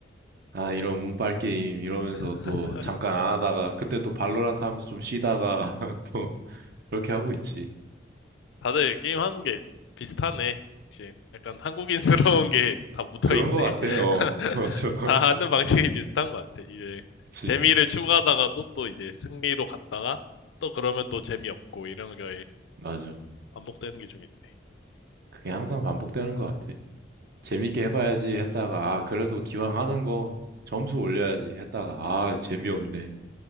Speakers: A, on the right (about 55°); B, on the left (about 70°).
A: 아, 이런 운빨 게임, 이러면서
B: <laughs>
A: 또 잠깐 안 하다가, 그때 또 발로란트 하면서 좀 쉬다가, <laughs> 또, 그렇게 하고 있지.
B: 다들 게임하는 게 비슷하네. 역시 약간 한국인스러운 게 다 묻어있네.
A: 그런 거 같아요.
B: <laughs>
A: <laughs> 맞아.
B: 다 하는 방식이 비슷한 것 같아. 이제
A: 그치.
B: 재미를 추구하다가도 또 이제 승리로 갔다가 또 그러면 또 재미없고 이런 게
A: 맞아.
B: 반복되는 게 좀 있네.
A: 그게 항상 반복되는 것 같아. 재밌게 해봐야지 했다가, 아, 그래도 기왕 하는 거 점수 올려야지 했다가, 아, 재미없네.